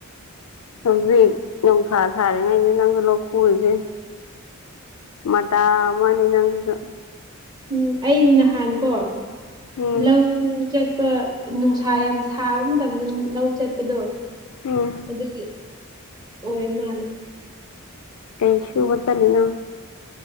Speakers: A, on the left; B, on the right.
A: ꯍꯧꯖꯤꯛ ꯅꯨꯡꯁꯥ ꯁꯥꯔꯤꯉꯩꯁꯤ ꯅꯪꯁꯨ ꯂꯧꯣꯛ ꯄꯨꯔꯤꯁꯦ ꯃꯇꯥ ꯑꯃꯅꯤ ꯅꯪ ꯑꯗꯨ
B: ꯎꯝ ꯑꯩ ꯅꯍꯥꯟ ꯀꯣ
A: ꯎꯝ
B: ꯂꯧ ꯆꯠꯄ ꯅꯨꯡꯁꯥ ꯈꯥ ꯌꯥꯝ ꯁꯥꯕ ꯃꯇꯝꯗ ꯂꯧ ꯆꯠꯄꯗꯣ
A: ꯎꯝ
B: ꯑꯗꯨꯒꯤ ꯑꯣꯏ ꯃꯥꯂ
A: ꯀꯩꯁꯨꯨꯕ ꯆꯂꯅ